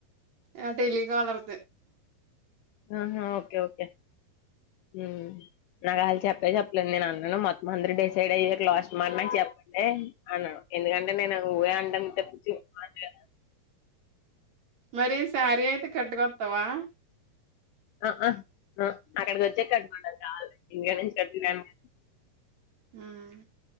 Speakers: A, on the right; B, on the left.
A: ఆ టెలికాలర్ దే
B: ఆహా ఓకే ఓకే హ్మ్ నాకు ఆళ్ళు చెప్పే చెప్పలేదు నేను అన్నాను మొత్తం అందరు డిసైడ్ అయ్యారు లాస్ట్ మనమే చెప్పండే అన్నాను. ఎందుకంటే నేను నువ్వే అంటాన్ తప్పించి <unintelligible>
A: మరి శారీ అయితే కట్టుకొత్తావా
B: ఆఆ ఆ అక్కడికి వచ్చే కట్టుకుంటాను కావాలంటే ఇంగ నుంచి <unintelligible>
A: హ్మ్